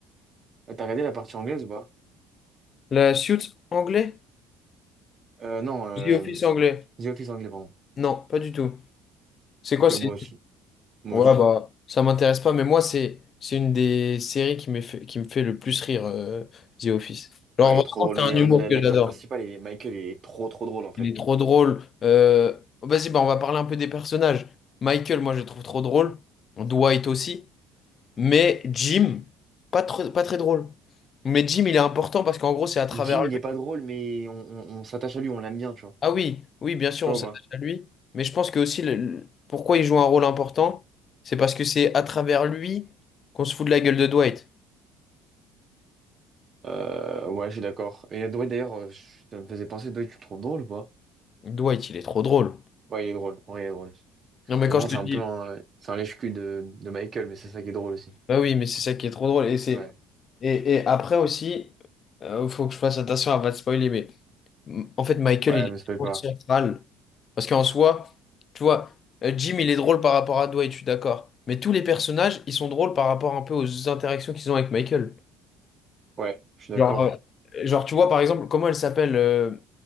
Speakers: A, on the right (about 35°); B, on the left (about 40°).
A: Euh, T'as regardé la partie anglaise ou pas?
B: La Suits anglais?
A: Euh, non, euh,
B: The Office anglais?
A: The Office anglais pardon.
B: Non, pas du tout. C'est
A: Ok,
B: quoi, c'est...
A: moi aussi, moi
B: Ouais,
A: aussi.
B: bah, ça m'intéresse pas, mais moi, c'est, c'est une des séries qui me fait, qui me fait le plus rire, euh, The Office. Genre,
A: Ouais,
B: vraiment,
A: il est trop drôle.
B: c'est
A: Mais
B: un
A: euh,
B: humour
A: la-
B: que
A: l'acteur
B: j'adore.
A: principal, est Michael, il est trop trop drôle en fait.
B: Il est trop drôle. Euh, Vas-y, bah, on va parler un peu des personnages. Michael, moi, je le trouve trop drôle. Dwight aussi. Mais Jim, pas, tr- pas très drôle. Mais Jim, il est important parce qu'en gros, c'est à travers
A: Jim, il
B: lui.
A: est pas drôle, mais on, on- on s'attache à lui, on l'aime bien, tu vois.
B: Ah oui, oui, bien sûr,
A: Tu
B: on
A: vois
B: s'attache
A: ou pas?
B: à lui. Mais je pense que aussi, le- le- pourquoi il joue un rôle important, c'est parce que c'est à travers lui qu'on se fout de la gueule de Dwight.
A: Euh, ouais, je suis d'accord. Et Dwight, d'ailleurs, euh, je- ça me faisait penser, Dwight, tu le trouves drôle ou pas?
B: Dwight, il est trop drôle.
A: Ouais, il est drôle. Ouais, il est drôle.
B: Non, mais
A: Mais
B: quand
A: bon,
B: je
A: c'est
B: te dis,
A: un peu un, c'est un lèche-cul de, de Michael, mais c'est ça qui est drôle aussi.
B: bah oui, mais c'est ça qui est trop drôle. Et c'est,
A: Ouais.
B: et, et après aussi, il faut que je fasse attention à pas te spoiler, mais. M- En fait, Michael,
A: Ouais,
B: il
A: mais
B: est
A: ça s'appelle
B: trop
A: pas.
B: central. Parce qu'en soi, tu vois, euh, Jim, il est drôle par rapport à Dwight, je suis d'accord. Mais tous les personnages, ils sont drôles par rapport un peu aux interactions qu'ils ont avec Michael.
A: Ouais, je suis d'accord.
B: Genre, euh, genre, tu vois, par exemple, comment elle s'appelle euh,